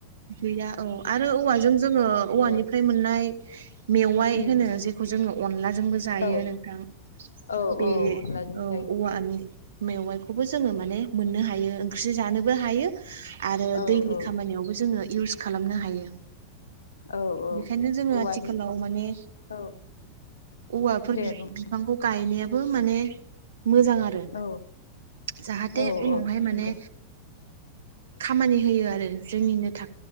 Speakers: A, on the right; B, on the left.
A: गैया औ आरो औवाजों जोङो औवानिफ्राय
B: औ
A: मोननाय मेवाइ
B: उम
A: होनो जे खौ जोङो अनलाजोंबो जायो
B: औ
A: नोंथां
B: औ
A: बे
B: औ अनलाजों
A: औ
B: जायो
A: औवानि मेवाइखौबो जोङो माने मोननो हायो ओंख्रि जानोबो हायो आरो
B: औ
A: दैलि
B: औ
A: खामानियावबो जोङो इउस खालामनो हायो।
B: औ औ
A: बेखायनो जोङो
B: औवानि
A: आथिखालाव माने
B: औ
A: औवाफोर
B: दे
A: बि
B: बुं
A: बि फांखौ गायनायाबो माने मोजां आरो
B: औ
A: जाहाथे
B: औ
A: उनावहाय
B: औ
A: माने
B: नंगौ
A: खामानि होयो आरो जोंनिनो था